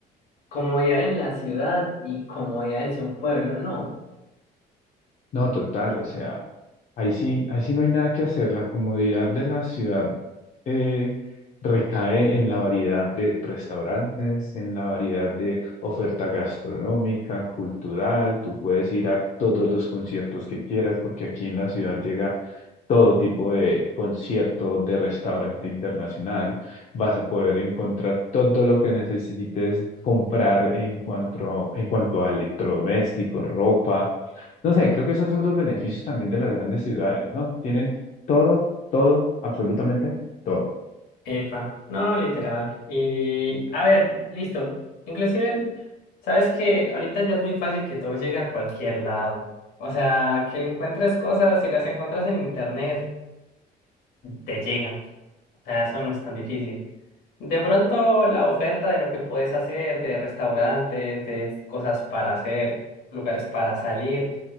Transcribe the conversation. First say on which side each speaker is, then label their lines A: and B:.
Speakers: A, on the left (about 70°); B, on the left (about 45°).
A: comodidad en la ciudad y comodidad de un pueblo, ¿no?
B: No, total, o sea, ahí sí, ahí sí no hay nada que hacer. La comodidad de la ciudad eh, recae en la variedad de restaurantes, en la variedad de oferta gastronómica, cultural. Tú puedes ir a todos los conciertos que quieras, porque aquí en la ciudad llega todo tipo de concierto, de restaurante internacional. Vas a poder encontrar todo lo que necesites comprar en cuanto a, en cuanto a electrodomésticos, ropa. No sé, creo que esos son los beneficios también de las grandes ciudades, ¿no? Tienen todo, todo, absolutamente todo.
A: Epa, no, literal. Y a ver, listo. Inclusive, sabes que ahorita ya es muy fácil que todo llegue a cualquier lado. O sea, que encuentres cosas, si las encuentras en internet, te llegan. O sea, eso no es tan difícil. De pronto, la oferta de lo que puedes hacer, de restaurantes, de cosas para hacer, lugares para salir,